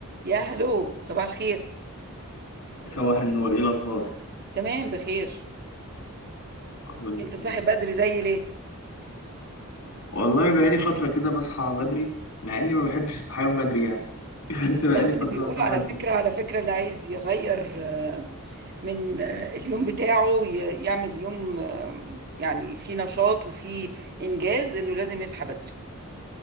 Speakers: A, on the right (about 45°); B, on the left (about 80°).
A: يا هلو صباح الخير
B: صباح النور ايه الاخبار
A: تمام بخير
B: كله
A: انت
B: تمام
A: صاحي بدري زي ليه
B: والله بقالي فتره كده بصحى بدري مع اني ما بحبش الصحيان بدري يعني <laughs> بس بقالي
A: رغم ان
B: فتره
A: بيقولوا
B: بصحى
A: على
B: بدري
A: فكرة على فكرة اللي عايز يغير آه، من آه، اليوم بتاعه ي- يعمل يوم آه، يعني فيه نشاط وفيه انجاز انه لازم يصحى بدري